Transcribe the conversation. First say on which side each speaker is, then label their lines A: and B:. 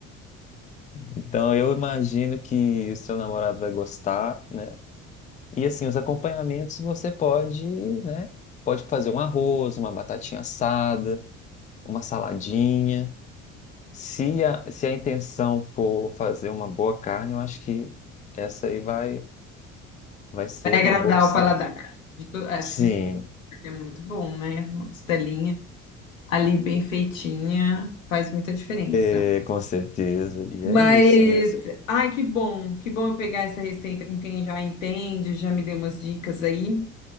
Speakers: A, on the left; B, on the left.
A: Então, eu imagino que o seu namorado vai gostar, né? E assim, os acompanhamentos você pode, né? Pode fazer um arroz, uma batatinha assada, uma saladinha. Se a, se a intenção for fazer uma boa carne, eu acho que essa aí vai, vai ser
B: Vai
A: uma
B: agradar
A: boa opção.
B: o paladar. De to- é, Acho
A: Sim.
B: que de todo, porque é muito bom, né? Uma costelinha ali bem feitinha faz muita diferença.
A: É, com certeza. E
B: Mas,
A: é isso, né? Você-
B: ai, que bom, que bom eu pegar essa receita com quem já entende, já me deu umas dicas aí.